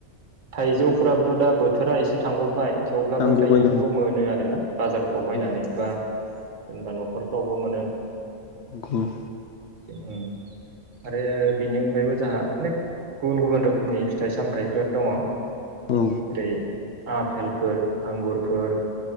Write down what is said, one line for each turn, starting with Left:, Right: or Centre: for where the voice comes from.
Right: थाइजौफोराबोथ' दा बोथोरा एसे थांगबाय थेवब्लाबो
Left: नांगौबाय
Right: थाइजौखौबो मोनो आरोना बाजार फ्राव बायनानै
Left: औ
Right: बा सोरनिबा न'खरफ्रावबो मोनो
Left: गुबुन
Right: उम आरो बिनि अनगायैबो जाहा अनेक गुबुन गुबुन रोखोमनि फिथाइ सामथाय फोर दङ
Left: औ
Right: जेरै आफेलफोर आंगुरफोर